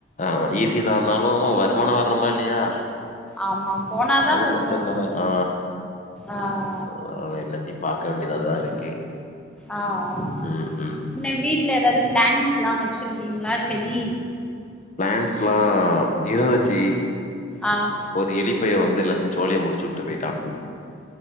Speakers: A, on the left (about 40°); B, in the centre.
A: ஆமா ஈஸிதான்னாலு வருமானோ வருமா இல்லியா
B: ஆமா போனாதா
A: அது
B: வருவோ
A: கஸ்டோதான ஆ
B: ஆ ஆ
A: அதனால எல்லாத்தயு பாக்க வேண்டியதாதா இருக்கு
B: அ அ
A: ம், ம்.
B: என்ன வீட்ல எதாவது பிளான்ஸ்ல்லா வச்சிருக்கீங்களா செடி
A: பிளான்ஸ்ல்லா இருந்துச்சி
B: அஹ்
A: ஒரு எலிப்பைய வந்து எல்லாத்தயு சோலிய முடிச்சுட் விட்டு போய்ட்டா